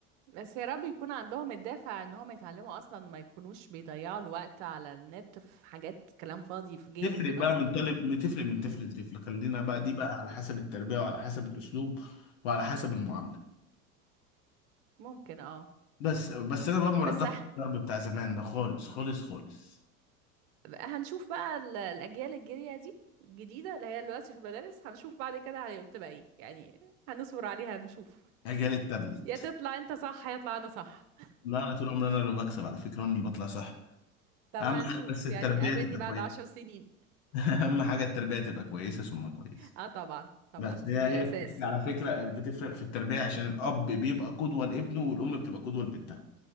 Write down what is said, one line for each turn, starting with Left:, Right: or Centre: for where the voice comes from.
Right: بس يا رب يكون عندهم الدافع ان هم يتعلموا اصلا وما يكونوش بيضيعوا الوقت على النت في حاجات كلام فاضي في جيمز
Left: تفرق
Right: مثلا
Left: بقى من طالب بتفرق من
Right: امم.
Left: طفل لطفل خلينا بقى
Right: امم
Left: دي بقى على حسب التربيه وعلى حسب الاسلوب وعلى حسب المعامله
Right: ممكن اه
Left: بس بس انا بقى مرجح
Right: بس اح...
Left: الضرب بتاع زمان ده خالص خالص خالص
Right: هنشوف بقى ال- الاجيال الجايه دي الجديده اللي هي دلوقتي في المدارس هنشوف بعد كده هتبقى ايه يعني هنصبر عليها نشوف
Left: اجالي التابلت
Right: يا تطلع انت صح يا اطلع انا صح
Left: لا انا طول عمري انا اللي بكسب على فكره انا اللي بطلع صح
Right: طب
Left: اهم
Right: هنشوف
Left: حاجه بس التربيه
Right: يعني قابلني
Left: تبقى
Right: بعد
Left: كويسه
Right: عشر سنين
Left: <laughs> اهم حاجه التربيه تبقى كويسه ثم كويسه
Right: اه طبعا طبعا
Left: بس
Right: دي
Left: هي هي
Right: الاساس
Left: بتفرق على فكره بتفرق في التربيه عشان الاب بيبقى قدوه لابنه والام بتبقى قدوه لبنتها